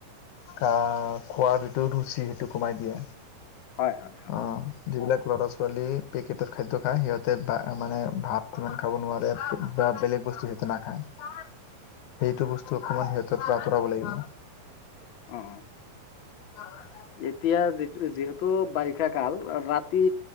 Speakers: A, on the left; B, on the left.
A: কা খোৱা যিটো ৰুচি সেইটো কমাই দিয়ে।
B: হয় হয় হয়।
A: অঁ যিবিলাক ল'ৰা ছো ৱালী পেকেটত খাদ্য খায় সিহঁতে বা মানে ভাত ইমান খাব নোৱাৰে বা বেলেগ বস্তু সিহঁতে নাখায়। সেইটো বস্তু অকমান সিহঁতৰ পৰা আঁতৰাব লাগিব।
B: অঁ অঁ।
A: <inaudible>
B: এতিয়া যিটো যিহেতু বাৰিষা কাল ৰাতি